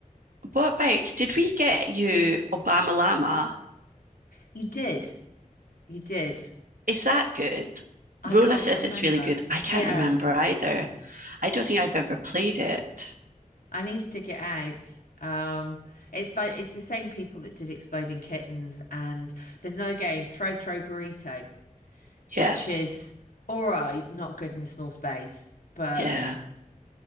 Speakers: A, on the right (about 75°); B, on the left (about 85°).
A: what about did we get you Obama Llama?
B: You did. You did.
A: Is that good?
B: I
A: Rona
B: can't
A: says
B: remember.
A: it's really good. I can't
B: Yeah,
A: remember either. I don't think I've ever played it.
B: I need to dig it out. Um, it's by it's the same people that did Exploding Kittens, and there's another game, Throw Throw Burrito, which
A: Yeah,
B: is all right, not good in a small space, but
A: yeah.